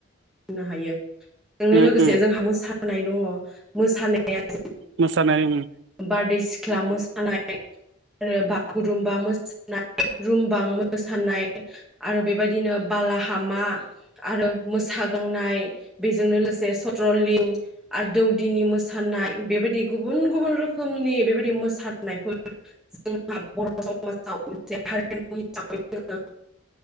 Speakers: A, in the centre; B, on the right.
A: होनो हायो। नो लोगोसे
B: उम
A: जोंहा मोसा नाय दङ मोसानाया <inaudible>
B: मोसानाय उम।
A: बारदै सिख्ला मोसानाय आरो बागुरुमबा मोसानाय रुमबां मोसानाय आरो बेबायदिनो बालाहामा आरो मोसाग्लांनाय बेजोंनो लोगोसे सट्रलिं आरो दौदिनि मोसानाय बेबायदि गुबुन गुबुन रो खोमनि बेबायदि मोसानायफोर जोंहा बर' समाजाव मोनसे हारिमु हिसाबै